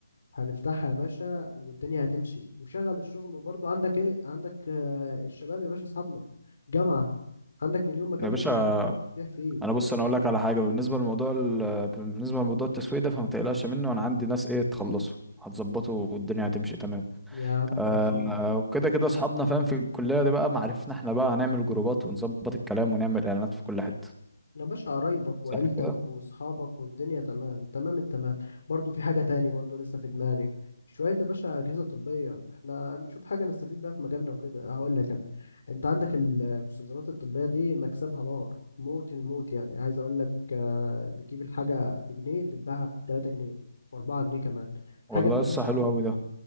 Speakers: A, on the left; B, in the centre.
A: هنفتحها يا باشا والدنيا هتمشي وشغل الشغل وبرضه عندك ايه عندك آه، الشباب يا باشا اصحابنا جامعة عندك مليون مكان
B: يا باشا
A: تقدر تبيع فيه
B: انا بص انا اقول لك على حاجه بالنسبه لموضوع ال... بالنسبه لموضوع التسويق ده فما تقلقش منه انا عندي ناس ايه تخلصه هتظبطه والدنيا هتمشي تمام
A: يا عم
B: آه
A: خلصانة
B: آه، وكده كده اصحابنا فاهم في الكليه دي بقى معرفنا احنا بقى هنعمل جروبات ونظبط الكلام ونعمل اعلانات في كل حته
A: يا باشا قرايبك
B: صح
A: وعيلتك
B: كده
A: واصحابك والدنيا تمام تمام التمام برضو في حاجة تاني برضو لسه في دماغي شوية يا باشا أجهزة طبية احنا هنشوف حاجة نستفيد بيها في مجالنا وكده هقول لك أنا أنت عندك المستلزمات الطبية دي مكسبها نار موت الموت يعني عايز أقول لك آه، بتجيب الحاجة بجنيه بتباعها بتلاتة جنيه وأربعة جنيه كمان حاجة
B: والله
A: بتجيب
B: لسه حلو قوي ده